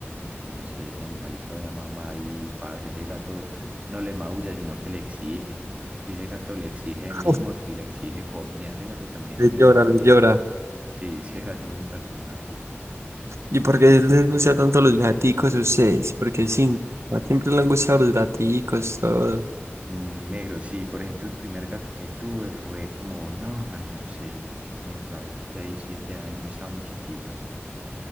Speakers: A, on the right; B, on the right.
A: Yo no sé, ese animalito de mamá y parce, ese gato no le maulla, sino que le exige. Papi, ese gato le exige mimos
B: <laughs>
A: y le exige comida. Ese gato también
B: le
A: es mero
B: llora,
A: patico.
B: le llora.
A: Sí, <laughs> ese gato es un personaje.
B: ¿Y por qué les gusta tanto los gaticos a ustedes? Porque sí, a siempre les han gustado los gaticos, todo.
A: Mm, Negro, sí, por ejemplo, el primer gato que tuve fue como, no, mano yo no sé, yo creo que yo tenía por ahí 6 7 años, yo estaba muy chiquito,